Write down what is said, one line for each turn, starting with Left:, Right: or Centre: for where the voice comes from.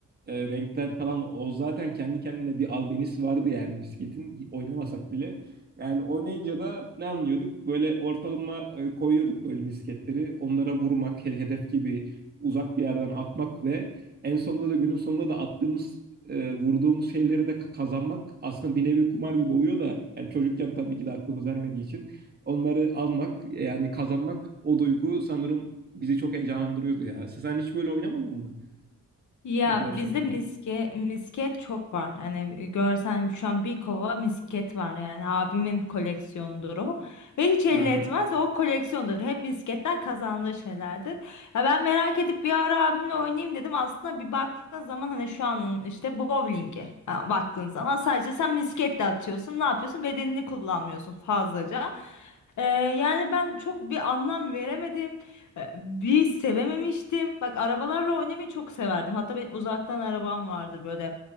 Right: e, renkler falan o zaten kendi kendine bir albenisi vardı yani misketin oynamasak bile. Yani oynayınca da ne anlıyorduk? Böyle ortalama e, koyuyorduk böyle misketleri. Onlara vurmak, he- hedef gibi uzak bir yerden atmak ve en sonunda da günün sonunda da attığımız e, vurduğumuz şeyleri de kazanmak aslında bir nevi kumar gibi oluyor da yani çocukken tabii ki de aklımız ermediği için onları almak yani kazanmak o duygu sanırım bizi çok heyecanlandırıyordu ya. Sen hiç böyle oynamadın mı
Left: Ya
Right: arkadaşlarınla?
Left: bizde miske, misket çok var. Hani e, görsen şu an bir kova misket var yani abimin koleksiyonudur o. Ve hiç elli
Right: Hı hı.
Left: etmez o koleksiyondur. Hep misketten kazandığı şeylerdir. Ya ben merak edip bir ara abimle oynayayım dedim. Aslında bir baktığın zaman hani şu anın işte bowlingi ha, baktığın zaman sadece sen misketle atıyorsun. Ne yapıyorsun? Bedenini kullanmıyorsun fazlaca. Ee, yani ben çok bir anlam veremedim. E, Bir sevememiştim. Bak arabalarla oynamayı çok severdim. Hatta benim uzaktan arabam vardır böyle.